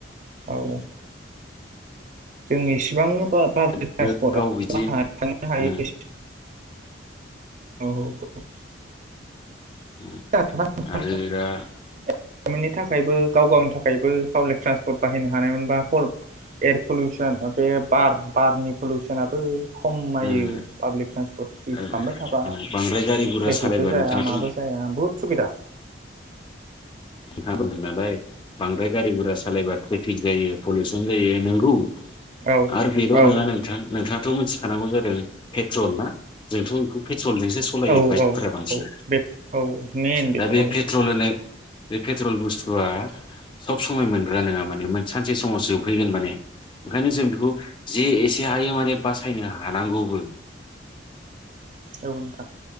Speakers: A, on the right; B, on the left.
A: औ जोंनि सिबांनो पाब्लिक ट्रेन्सपर्टआव
B: आरो गाव बिदि
A: थांनो हायो
B: उम
A: औ <unintelligible>
B: उम आरो दा
A: गामिनि थाखायबो गाव गावनि थाखायबो पाब्लिक ट्रान्सपट बाहायनो हानायमोन बा पल एयार पलिउसन बे बार बारनि पलिउसनाबो खमायो
B: उम
A: पाब्लिक ट्रेन्सपर्ट
B: औ
A: इउस
B: औ
A: खालामबाय थाबा
B: बांद्राय गारि गुरा
A: ट्रेफिकबो
B: सालायबा
A: जाया
B: नोंथाङाथ'
A: माबो जाया बुहुद सुबिदा
B: नोंथां बुंदों नालाय बांद्राय गारि गुरा सालायबा ट्रेफिक जायो पलिउसन जायो नोंगौ
A: औ
B: आरो बेल'
A: औ
B: नङा नोंथां नोंथाङाथ' मिथि खानांगौ जादों पेट्रल ना जोंथ' बेखौ पे ट्रलजोंसो सलायो
A: औ
B: बाइकफोरा
A: औ
B: बांसिन
A: बे औ मेन बेथ'
B: दा बे
A: औ।
B: पेट्रल होननाय बे पेट्रल बुस्थुआ सब समय मोनग्रा नोङा माने सानसे समाव जोब फैगोन माने ओंखायनो जों बेखौ जे एसे हायो माने बासायनो हा नांगौबो नङा
A: औ नोंथां